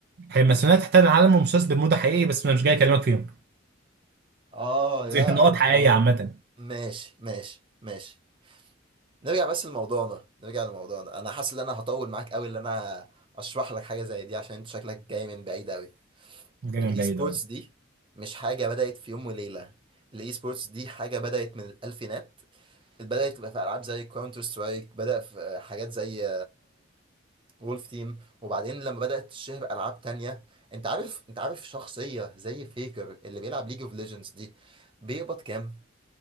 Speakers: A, on the right; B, on the right.
A: هي الماسونيه تحتل العالم ومساس برمودا حقيقي بس انا مش جاي اكلمك فيهم
B: اه
A: <laughs>
B: يا
A: زي نقط حقيقيه
B: الله
A: عامه
B: ماشي ماشي ماشي نرجع بس لموضوعنا نرجع لموضوعنا انا حاسس ان انا هطول معاك قوي ان انا اشرح لك حاجه زي دي عشان انت شكلك جاي من بعيد قوي
A: مش جاي
B: الاي
A: من بعيد
B: سبورتس
A: اه
B: دي مش حاجه بدات في يوم وليله الاي سبورتس دي حاجه بدات من الالفينات بدات تبقى في العاب زي كاونتر سترايك بدا في آه، حاجات زي وولف تيم وبعدين لما بدات تشهر العاب تانية انت عارف انت عارف شخصيه زي فيكر اللي بيلعب ليج اوف ليجندز دي بيقبض كام